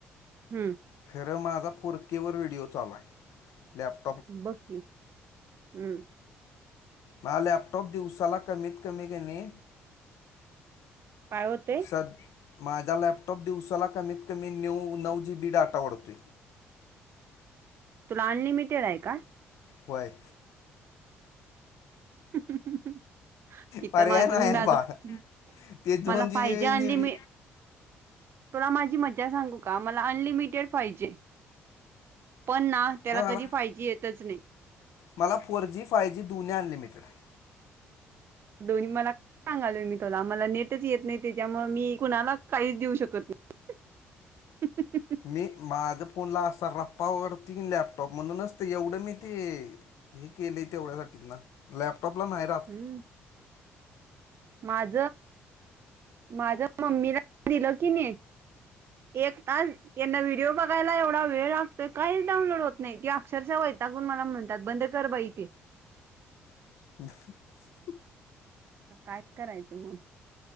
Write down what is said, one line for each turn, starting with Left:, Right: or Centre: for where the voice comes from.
Right: हं्
Left: खरं माझा फुरकीेवर व्हिडिओ चालला आहे लॅप
Right: बकी हम्म
Left: ह लॅपटॉप दिवसाला कमीत कमी घेणे
Right: काय होते
Left: सद माझा लॅपटॉप दिवसाला कमीत कमी नऊ नऊ जी बी डाटा वढतो
Right: तुला अनलिमिटेड आहे का
Left: होय
Right: ह इथ
Left: पर्याय
Right: माझून
Left: नाही आहे बाळ. ते दोन
Right: मला
Left: जी
Right: पाहिजे
Left: बी बिन
Right: आणली
Left: जी बी
Right: मी तुला माझी मजा सांगू का मला अनलिमिटेड पाहिजे पण ना
Left: नाही
Right: त्याला
Left: मला
Right: कधी फायजी येतच नाही
Left: मला फोर जी फाय जी दु्न अनिमिटेड आहेत.
Right: दोन्ही मला सांगालोय मी तुला मला नेटच येत नाही त्याच्यामुळे मी कुणाला काहीच देऊ शकत नाही. त
Left: मी माझ फोनला असा रप्पावरडतीन लॅपटॉप म्हणून नसत एवढं मी ते हे केले तेवढ्यासाठी ना लॅपटॉपला नाही रा
Right: हम् माझ माझ मम्मीला दिलं की नाही एकतास यांना व्हिडिओ बघ रायला एवढा वेळ लागतोय काहीच डाऊनलड होत नाही की अक्षरशः वैतागून मला म्हणतात बंद कर बा इथे <unintelligible>
Left: ह <unintelligible>
Right: काय करायचं मग!